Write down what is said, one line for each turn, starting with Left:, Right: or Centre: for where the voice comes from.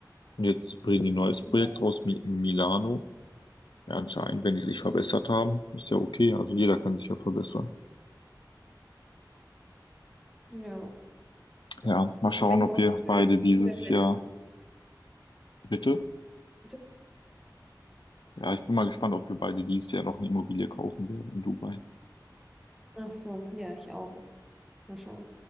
Left: Und jetzt bringen die ein neues Projekt
Centre: Ja.
Left: raus, Mi Milano. Ja, anscheinend, wenn die sich verbessert haben, ist ja okay. Also jeder kann sich ja verbessern.
Centre: Ja,
Left: Ja, mal schauen,
Centre: Von welchem
Left: ob
Centre: Bauträger
Left: wir beide
Centre: möchtest
Left: dieses
Centre: du denn deine
Left: Jahr,
Centre: erste?
Left: bitte.
Centre: Bitte?
Left: Ja, ich bin mal gespannt, ob wir beide dieses Jahr noch eine Immobilie kaufen werden in Dubai.
Centre: Ach so, ja, ich auch. Mal schauen.